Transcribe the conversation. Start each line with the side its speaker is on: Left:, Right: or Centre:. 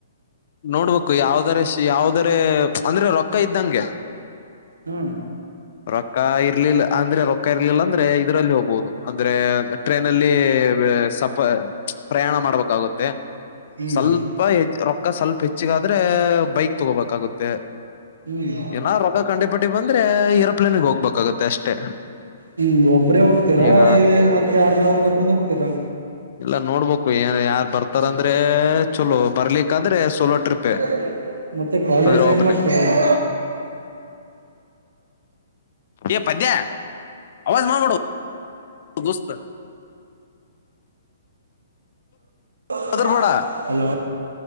Left: ನೋಡ್ಬೇಕು ಯಾವ್ದ. ದರಶಿ ಯಾವುದರೆ ಅಂದ್ರೆ ರೊಕ್ಕ ಇದ್ದಂಗೆ
Right: ಹ್ಮ್
Left: ರೊಕ್ಕ ಇರ್ಲಿಲ್ಲ ಅಂದ್ರೆ ರೊಕ್ಕ ಇರ್ಲಿಲ್ಲ ಅಂದ್ರ <unintelligible> ಇದರಲ್ಲೋಗ್ ಹೋಗಬೋದು ಅಂದ್ರೆ ಟ್ರೈನ್ ಅಲ್ಲಿ ಸಫ್ ಪ್ರಯಾಣ ಮಾಡ್ಬೇಕಾಗುತ್ತೆ
Right: ಹ್ಮ್
Left: ಸ್ವಲ್ಪ ರೊಕ್ಕ ಸ್ವಲ್ಪ ಹೆಚ್ಚಗ್. ಆದ್ರೆ ಬೈಕ್ ತಗೋಬೇಕಾಗುತ್ತೆ
Right: ಹ್ಮ್ <inaudible>
Left: ಏನ ರೊಕ್ಕ ಕಂಡಿಪಟ್ಟಿ ಬಂದ್ರೆ ಏರೋಪ್ಲೇನ್ಗೆ ಹೋಗ್ಬೇಕಾಗತ್ತೆ ಅಷ್ಟೇ
Right: ಹ್ಮ ಒಬ್ರೇ ಹೋಗ್ತೀರಾ
Left: ಈಗ
Right: ಇ ಮತ್ತೆ ಆರನಾದ್ರು ಕರ್ಕೊಂಡ್ ಹೋಗ್ತೀರಾ.
Left: ಇಲ್ಲ ನೋಡ್ಬೇಕು ಏನ್ ಯಾರ್ ಬರ್ತಾರಂದ್ರೆ. ಚಲೋ ಬರ್ಲಿಕ್ಕಂದ್ರೆ ಸೋಲೋ
Right: <inaudible>
Left: ಟ್ರಿಪೆ
Right: ಮತ್ತೆ ಕಾಲೇಜ್
Left: ಅಂದ್ರೆ ಒಬ್ನೇ
Right: ಏನ್ ಮಾಡ್ತೀರಾ <inaudible>
Left: ಏ ಪದ್ಯ ಆವಾಜ್ ಮಾಡ್ ಬುಡು. ದೋಸ್ ಲೇ
Right: <inaudible>
Left: ಹೆದರ್ಬೇಡ
Right: ಹಲೋ